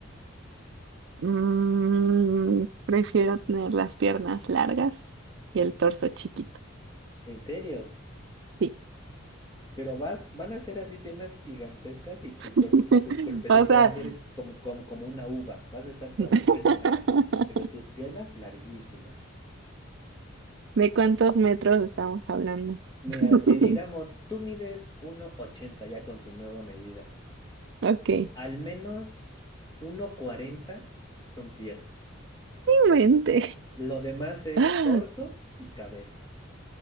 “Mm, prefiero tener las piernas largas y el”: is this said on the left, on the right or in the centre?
Right